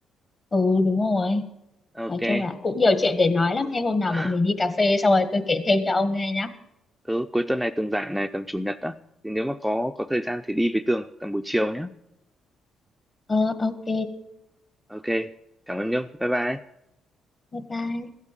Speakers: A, on the left; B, in the centre.
A: ừ đúng rồi
B: Ok.
A: nói chung là cũng nhiều chuyện để nói lắm thế hôm nào
B: <laughs>
A: bọn mình đi cà phê xong rồi tôi kể thêm cho ông nghe nhá
B: Thứ cuối tuần này tường rảnh này tầm chủ nhật á thì nếu mà có có thời gian thì đi với tường tầm buổi chiều nhé.
A: ờ ok
B: Ok. Cảm ơn Nhung. Bye bye.
A: bye bye